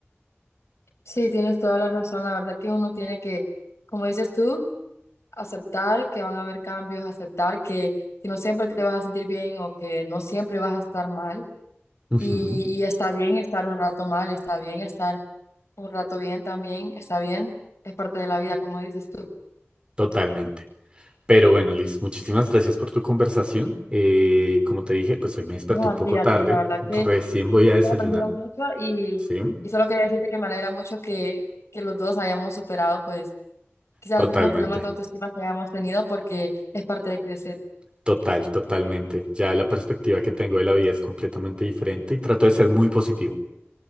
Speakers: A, on the left; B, on the right.
A: Sí, tienes toda la razón. La verdad que uno tiene que, como dices tú, aceptar que van a haber cambios, aceptar que, que no siempre te vas a sentir bien o que no siempre vas a estar mal.
B: Ujú,
A: Y, y está bien estar un rato mal, está bien estar un rato bien también, está bien, es parte de la vida, como dices tú.
B: totalmente. Pero bueno, Liz, muchísimas gracias por tu conversación. Eh, como te dije, pues hoy me desperté
A: No,
B: un
A: a
B: poco
A: ti, a
B: tarde.
A: ti, la verdad
B: Recién
A: que
B: voy a desayunar.
A: he aprendido mucho y,
B: ¿Sí?
A: y solo quería decirte que me alegra mucho que, que los dos hayamos superado, pues, quizá
B: Totalmente,
A: algunos problemas de autoestima que hayamos tenido porque es parte de crecer.
B: total, totalmente. Ya la perspectiva que tengo de la vida es completamente diferente y trato de ser muy positivo.